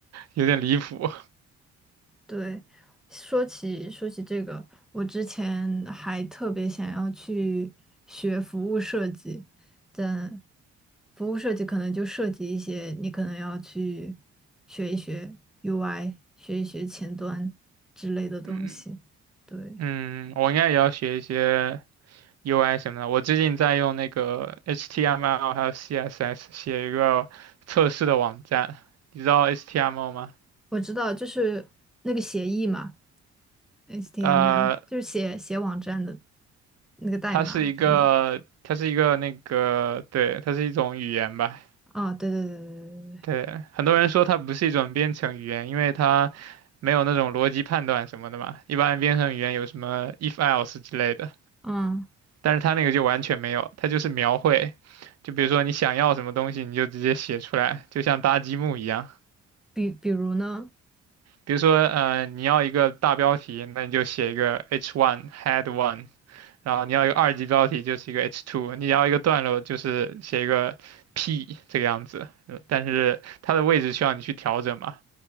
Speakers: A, on the right; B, in the centre.
A: 有点离谱。
B: 对，说起说起这个，我之前还特别想要去学服务设计，但服务设计可能就涉及一些你可能要去学一学 UI，学一学前端之类的东西。
A: 嗯
B: 对，
A: 嗯，我应该也要学一些 UI 什么的。我最近在用那个 HTML 还有 CSS 写一个测试的网站，你知道 HTML 吗？
B: 我知道，就是那个协议嘛，HTML，
A: 呃，
B: 就是写写网站的那个代码什么的。
A: 它是一个它是一个那个对，它是一种语言吧，
B: 啊，对对对对对对，对，
A: 对，很多人说它不是一种编程语言，因为它没有那种逻辑判断什么的嘛。一般编程语言有什么 if else 之类的，
B: 嗯，
A: 但是它那个就完全没有，它就是描绘。就比如说你想要什么东西，你就直接写出来，就像搭积木一样。
B: 比比如呢，
A: 比如说，呃，你要一个大标题，那你就写一个 h one head one，然后你要一个二级标题就是一个 h two，你要一个段落就是写一个 p 这个样子，呃但是它的位置需要你去调整嘛。